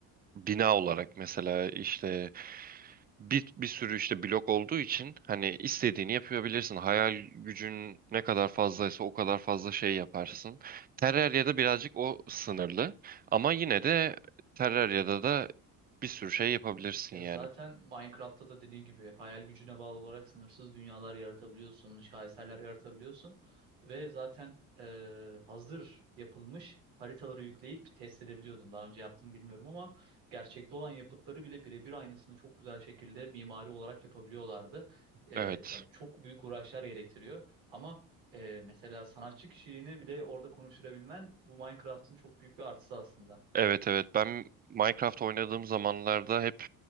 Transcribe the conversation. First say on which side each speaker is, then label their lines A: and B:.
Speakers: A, on the right; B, on the right.
A: bina olarak mesela işte bir, bir sürü işte blok olduğu için hani istediğini yapabilirsin. Hayal gücün ne kadar fazlaysa o kadar fazla şey yaparsın. Terraria'da birazcık o sınırlı. Ama yine de Terraria'da da bir sürü şey yapabilirsin
B: Ya
A: yani.
B: zaten Minecraft'ta da dediğin gibi hayal gücüne bağlı olarak sınırsız dünyalar yaratabiliyorsun, şaheserler yaratabiliyorsun ve zaten eee, hazır yapılmış haritaları yükleyip test edebiliyordun. Daha önce yaptım bilmiyorum ama gerçekte olan yapıtları bile birebir aynısını çok güzel şekilde mimari olarak yapabiliyorlardı. Eee,
A: Evet.
B: yani çok büyük uğraşlar gerektiriyor ama eee, mesela sanatçı kişiliğini bile orada konuşturabilmen bu Minecraft'ın çok büyük bir artısı aslında.
A: Evet evet ben Minecraft oynadığım zamanlarda hep